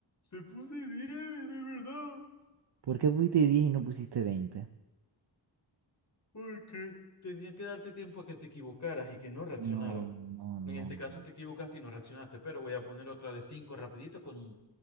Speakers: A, on the left; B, on the right.
A: te puse 10, de verdad.
B: ¿Por qué pusiste diez y no pusiste veinte?
A: Porque Tenía que darte tiempo a que te equivocaras y que no reaccionaras.
B: No, no, no,
A: En este
B: no,
A: caso te equivocaste y no reaccionaste, pero voy a poner otra de 5 rapidito con...